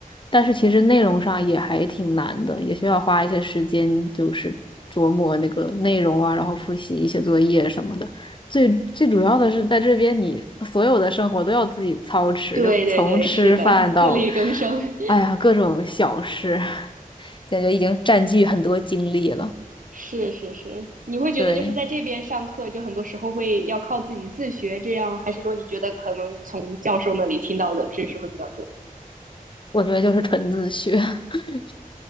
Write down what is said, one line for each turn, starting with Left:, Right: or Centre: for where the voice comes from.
Left: 但是其实内容上也还挺难的，也需要花一些时间，就是琢磨那个内容啊，然后复习一些作业什么的。最最主要的是，在这边你所有的生活都要自己操持，
Right: 对对对，
Left: 就从吃饭到，
Right: 是的，自力更生，
Left: 哎呀，各种小事，<laughs> 感觉已经占据很多精力了。
Right: <laughs> 是是是。你会觉得就是在这边上课，
Left: 对。
Right: 就很多时候会要靠自己自学，这样，还是说你觉得可能从教授那里听到的知识会比较多？
Left: 我觉得就是纯自学。<laughs>